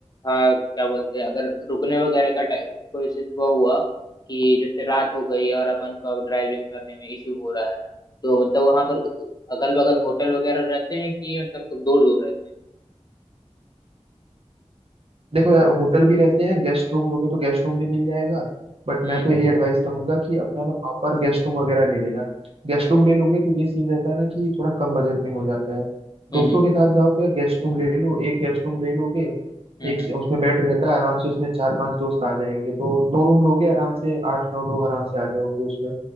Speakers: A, on the left; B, on the right.
A: हाँ क्या बोलते हैं अगर रुकने वगैरह का टाइम कोई इशू वो हुआ कि जैसे रात हो गई है और अपन को अब ड्राइविंग करने में इशू हो रहा है तो मतलब वहां पर अगल बगल होटल वगैरह रहते हैं कि मतलब दूर दूर रहते
B: देखो यार होटल भी रहते हैं गेस्ट रूम लोगे तो गेस्ट रूम भी मिल जाएगा बट
A: हैं
B: मैं तो
A: हम्म
B: यही एडवाइस करूंगा कि अपना ना प्रॉपर गेस्ट रूम वगैरह ले लेना गेस्ट
A: हम्म
B: रूम ले लोगे तो ये सीन रहता है ना कि थोड़ा कम बजट में हो जाता है
A: हम्म
B: दोस्तों के साथ जाओ तो यार गेस्ट रूम ले लो एक गेस्ट रूम ले लोगे
A: हम्म
B: एक से उसमें बेड रहता है आराम से उसमें चार पांच दोस्त आ जाएंगे तो दो रूम लोगे आराम से आठ नौ लोग आराम से आ जाओगे उसमें